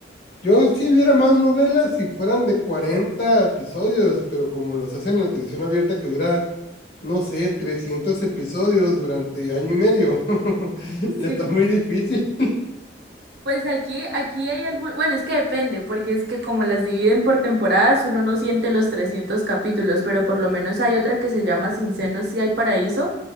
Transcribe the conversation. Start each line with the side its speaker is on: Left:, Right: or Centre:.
Left: Yo sí viera más novelas si fueran de 40 episodios, pero como los hacen en la televisión abierta que dura, no sé, 300 episodios durante año y medio, <laughs> está
Right: Sí.
Left: muy difícil.
Right: Pues aquí, aquí hay algún, bueno, es que depende, porque es que como las dividen por temporadas, uno no siente los 300 capítulos, pero por lo menos hay otra que se llama Sin Senos si hay Paraíso,